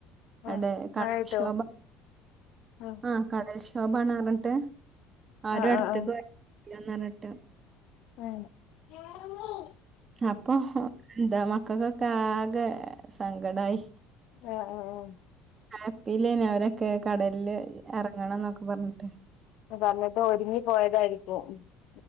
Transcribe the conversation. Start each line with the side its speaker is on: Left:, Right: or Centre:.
Left: ആഹ്
Right: എടെ കടൽക്ഷോഭ
Left: മഴയായിട്ടോ ആഹ്
Right: ആഹ കടൽക്ഷ ശോഭണ ആറട്ട് ആരും
Left: ആഹ്
Right: അടുത്തേക്ക്
Left: ആഹ് ആഹ്
Right: ന്നറട്ട
Left: ആ
Right: അപ്പ <unintelligible> എന്താ മക്കൾക്കൊക്കെ ആകെ സങ്കടമായി
Left: ആഹ ആഹ ആഹ
Right: ആപ്പല്ലേന അവരെ ക്കെ കടലിൽ ഇറങ്ങണം എന്നക്ക ഖബാനനട്ട <unintelligible>
Left: സമയത്ത് <unintelligible> ഒരുങ്ങി പോയതായിരിക്കും അ ഉ